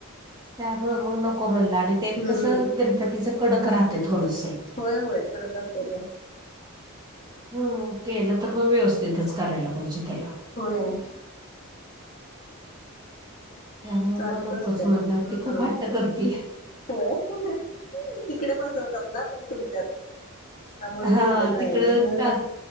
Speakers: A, on the right; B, on the left.
A: त्यांमुळे मग नको म्हणला आणि ते
B: हम्म
A: कसं, गणपतीच कडक राहतय थोडंसं.
B: होय होय कडक असते ते
A: हम्म.. केल तर मग व्यवस्थितच करायला पाहिजे त्याला,
B: होय.
A: त्यामुळे
B: चालत
A: मग नकोच
B: असतय
A: म्हणलं
B: हम्म
A: ती खूप हट्ट करते
B: होय. तिकडे बसवतात ना पण तुमच्यात त्यामुळे
A: हा
B: इकडे नाही.
A: तिकडं का